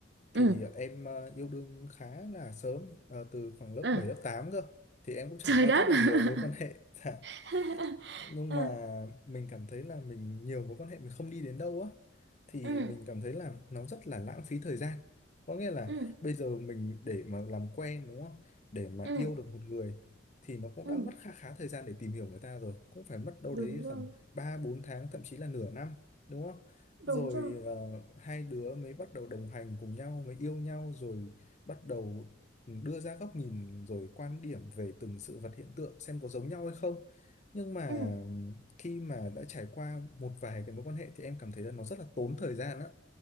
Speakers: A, on the left; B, on the right.
A: thì
B: ừ,
A: em ờ, yêu đương khá là sớm ờ, từ khoảng lớp
B: à,
A: bảy lớp tám cơ thì em cũng trải
B: trời
A: qua
B: đất.
A: rất là nhiều mối quan hệ
B: <laughs>
A: <laughs> Dạ.
B: <laughs>
A: nhưng
B: à,
A: mà mình cảm thấy là mình nhiều mối quan hệ mình không đi đến đâu á thì
B: ừ,
A: mình cảm thấy là nó rất là lãng phí thời gian có nghĩa là
B: ừ,
A: bây giờ mình để mà làm quen đúng không để mà
B: ừ,
A: yêu được một người thì nó cũng
B: ừ,
A: đã mất khá khá thời gian để tìm hiểu người ta rồi cũng phải mất đâu
B: đúng
A: đấy
B: rồi
A: tầm ba bốn tháng thậm chí là nửa năm đúng không rồi
B: đúng rồi
A: ờ, hai đứa mới bắt đầu đồng hành cùng nhau mới yêu nhau rồi bắt đầu ừ, đưa ra góc nhìn rồi quan điểm về từng sự vật hiện tượng xem có giống nhau hay không nhưng mà
B: ừ,
A: khi mà đã trải qua một vài cái mối quan hệ thì em cảm thấy là nó rất là tốn thời gian á